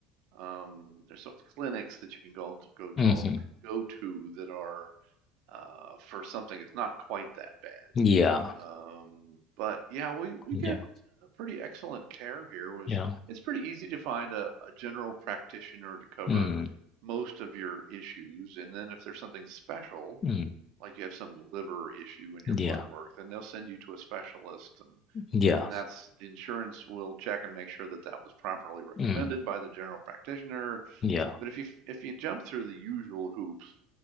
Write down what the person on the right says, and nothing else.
um, there's sort of clinics that you can go to, go to
go to that are uh, for something that's not quite that bad.
Um, but yeah, we we
get a pretty excellent care here. With
it's pretty easy to find a, a general practitioner to cover
most of your issues, and then if there's something special,
like you have some liver issue in your
blood work, then they'll send you to a specialist, and
then that's the insurance will check and make sure that that was properly recommended
by the general practitioner.
But if you if you jump through the usual hoops